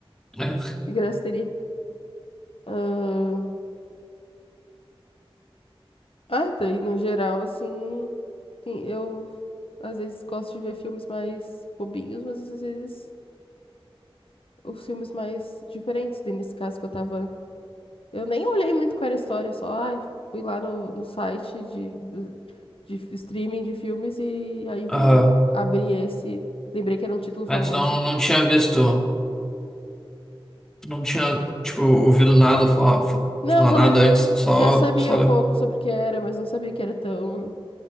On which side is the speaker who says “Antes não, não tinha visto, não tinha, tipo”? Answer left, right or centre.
Centre